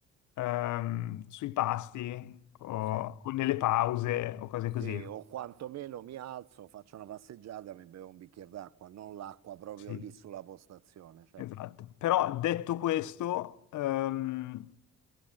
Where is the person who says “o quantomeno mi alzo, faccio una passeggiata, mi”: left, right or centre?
Right